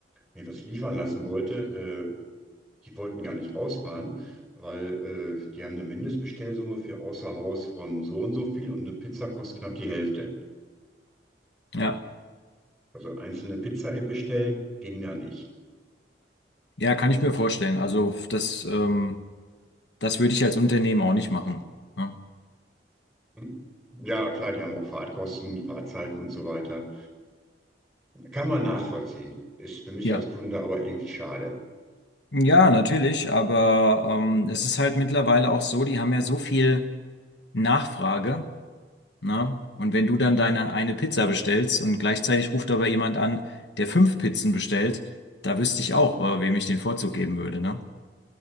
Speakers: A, in the centre; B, on the left.
A: mir was liefern lassen wollte, äh, die wollten gar nicht rausfahren, weil äh, die haben eine Mindestbestellsumme für außer Haus von so und so viel und eine Pizza kostet knapp die Hälfte.
B: Ja,
A: Also einzelne Pizza bestellen ging da nicht.
B: ja, kann ich mir vorstellen. Also das, ähm, das würde ich als Unternehmen auch nicht machen. ne?
A: Hm? Ja, klar, die haben auch Fahrtkosten, Fahrtzeiten und so weiter. Kann man nachvollziehen. Ist für mich
B: Ja.
A: als Kunde aber irgendwie schade.
B: Ja, natürlich, aber ähm, es ist halt mittlerweile auch so, die haben ja so viel Nachfrage. Ne? Und wenn du dann deine eine Pizza bestellst und gleichzeitig ruft aber jemand an, der fünf Pizzen bestellt, da wüsste ich auch, äh, wem ich den Vorzug geben würde, ne?